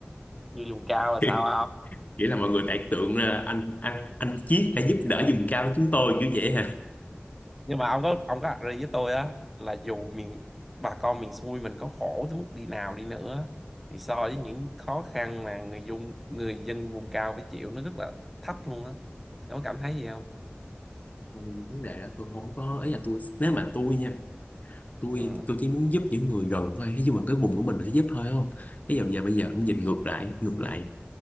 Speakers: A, in the centre; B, on the left.
A: Người vùng cao là
B: <laughs>
A: sao
B: nghĩa là mọi người đại tượng ra anh anh anh Chiết đã giúp đỡ vùng cao chúng tôi kiểu vậy
A: nhưng mà ông có ông có đặt với tôi á là dù miền bà con miền xuôi mình có khổ tới mức đi nào đi nữa thì so với những khó khăn mà người dân người dân vùng cao phải chịu nó rất là thấp luôn á nó cảm thấy gì không
B: Còn vấn đề đó tôi không có ý là tôi nếu mà tôi nha tôi
A: ừ
B: tôi chỉ muốn giúp những người gần thôi ví dụ mà cái vùng của mình mình sẽ giúp thôi không ví dụ giờ bây giờ cũng nhìn ngược lại ngược lại